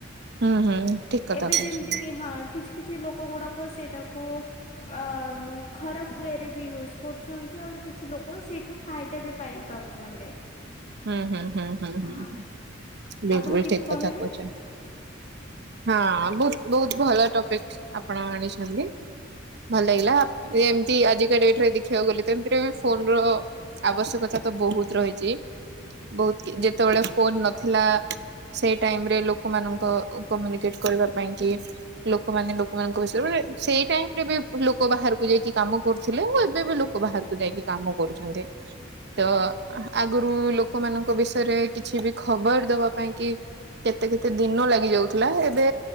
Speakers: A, on the right (about 55°); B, on the left (about 35°).
A: ହୁଁ ହୁଁ ଠିକ କଥା
B: ଏବେ
A: କହିଛନ୍ତି
B: ଯେମିତି କି ହଁ କିଛି କିଛି ଲୋକ ଗୁଡାକ ସେଇଟାକୁ ଅ ଖରାପ ୱେରେ ବି ୟୁଜ୍ କରୁଛନ୍ତି ଆହୁରି କିଛି ଲୋକ ସେଇଠୁ ଫାଇଦା ବି ପାଇ ପାରୁଛନ୍ତି।
A: ହୁଁ ହୁଁ ହୁଁ ହୁଁ
B: ହଁ
A: ହୁଁ ହୁଁ ବିଲକୁଲ
B: ଆପଣ କିଛି
A: ଠିକ
B: କହିବେ
A: କଥା କହୁଛନ୍ତି। ହଁ ବହୁତ୍ ବହୁତ ଭଲ ଟପିକ ଆପଣ ଆଣିଛନ୍ତି। ଭଲ ଲାଗିଲା ଏମିତି ଆଜିକା ଡେଟରେ ଦେଖିବାକୁ ଗଲେ ଏମିତିରେ ବି ଫୋନ ର। ଆବଶ୍ୟକତା ତ ବହୁତ ରହିଛି। ବହୁତ ଯେତେବେଳେ ଫୋନ ନଥିଲା। ସେଇ ଟାଇମରେ ଲୋକମାନଙ୍କ ଅ କମ୍ୟୁନିକେଟ କରିବା ପାଇଁ କି ଲୋକମାନେ ଲୋକମାନଙ୍କ ବିଷୟରେ ସେଇ ଟାଇମ ରେ ବି ଲୋକ ବାହାରକୁ ଯାଇକି କାମ କରୁଥିଲେ ଆଉ ଏବେ ବି ଲୋକ ବାହାରକୁ ଯାଇକି କାମ କରୁଛନ୍ତି ତ ଆ ଗୁରୁ ଲୋକମାନଙ୍କ ବିଷୟରେ କିଛି ବି ଖବର ଦବା ପାଇଁ କି କେତେ କେତେ ଦିନ ଲାଗି ଯାଉଥିଲା ଏବେ